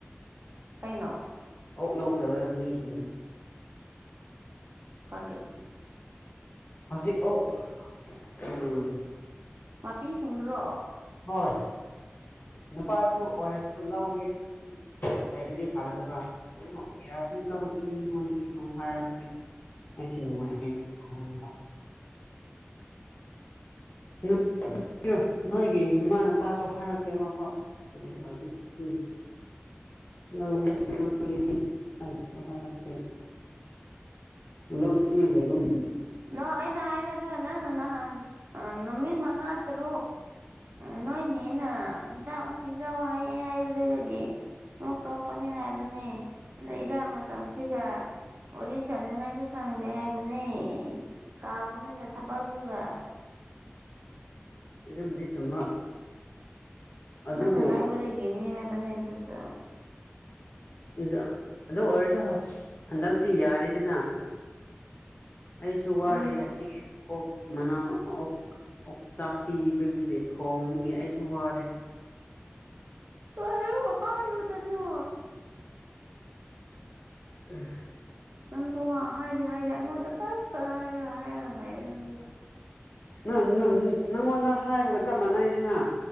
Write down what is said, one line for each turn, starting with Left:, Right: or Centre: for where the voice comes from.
Right: ꯀꯩꯅꯣ
Left: ꯑꯣꯛ ꯂꯧꯒꯗꯕꯗ ꯃꯤꯁꯤꯡꯗꯨ
Right: ꯀꯔꯔꯤ
Left: ꯍꯧꯖꯤꯛ ꯑꯣꯛ ꯎꯝ
Right: ꯃꯄꯤꯁꯤꯡꯗꯨꯔꯣ
Left: ꯍꯣꯏ ꯅꯨꯄꯥꯁꯨ ꯑꯣꯏꯔꯁꯨ ꯂꯧꯒꯦ ꯂꯩꯔꯗꯤ ꯐꯒꯗꯕ ꯌꯥꯔꯗꯤ <unintelligible> ꯑꯩꯁꯦ <unintelligible> <unintelligible> <unintelligible> ꯅꯣꯏꯒꯤ ꯅꯃꯥꯅꯄꯥꯁꯨ ꯍꯥꯏꯔꯛꯇꯦ ꯑꯃꯐꯥꯎ <unintelligible> ꯂꯧ <unintelligible> ꯀꯔꯤꯁꯨ ꯍꯥꯢꯔꯛꯇꯦ ꯂꯧ <unintelligible> ꯂꯩꯕꯝ
Right: ꯑ ꯑꯩꯅ ꯍꯥꯏꯔꯦ ꯑꯗꯨꯒ ꯅꯪꯅ ꯅꯍꯥꯟ ꯅꯨꯃꯤꯠ ꯃꯉꯥ ꯇꯔꯨꯛ ꯅꯣꯏꯅꯦꯅ ꯍꯤꯗꯥꯛ ꯑꯃꯨꯛ ꯄꯤꯖꯧ ꯍꯥꯏꯌꯦ ꯍꯥꯏꯕꯗꯨꯗꯒꯤ ꯑꯣꯛ ꯇꯣꯛꯄꯅꯤ ꯍꯥꯏꯕꯅꯦ ꯂꯩꯅ ꯃꯇꯝꯁꯤꯒ ꯋꯥꯔꯤ ꯁꯅꯉꯥꯏꯁꯨ ꯁꯪꯗꯦ ꯍꯥꯏꯕꯅꯦ ꯀꯥꯎꯕꯅꯤꯅ ꯊꯕꯛꯗꯨꯒ
Left: ꯑꯗꯨꯕꯨꯗꯤ ꯆꯨꯝꯕ ꯑꯗꯨꯕꯨ
Right: ꯅꯪꯅ ꯍꯥꯏꯕꯗꯒꯤꯅꯤ ꯍꯥꯏꯕꯅꯦ ꯑꯗꯨꯁꯨ
Left: ꯑꯗꯨꯗ ꯑꯗꯨ ꯑꯣꯏꯔꯁꯨ ꯍꯟꯗꯛꯇꯤ ꯌꯥꯔꯤꯗꯅ ꯑꯩꯁꯨ
Right: ꯑꯗꯨ
Left: ꯋꯥꯔꯦ
Right: ꯅꯪ
Left: ꯑꯁꯤꯒꯤ ꯀꯣꯛ ꯃꯅꯥ ꯑꯣꯛꯆꯥꯛꯄꯤꯕꯕꯨꯒꯤ ꯊꯣꯡꯕꯒꯤ ꯑꯩꯁꯨ ꯋꯥꯔꯦ ꯑꯁ
Right: <unintelligible> ꯍꯥꯏꯔꯨꯗꯅꯣ
Left: ꯎꯝ
Right: ꯅꯪꯁꯨ ꯍꯥꯏꯗꯤ ꯍꯥꯏꯗꯦ ꯑꯩꯉꯣꯟꯗ ꯈꯛꯇ ꯍꯥꯏꯔ ꯍꯥꯏꯔ ꯂꯩꯔꯦ ꯅꯪꯁꯤꯁꯨ
Left: ꯅ ꯅ ꯅꯪ ꯅꯪꯉꯣꯟꯗ ꯍꯥꯏꯕꯒ ꯆꯞ ꯃꯥꯟꯅꯩꯗꯅ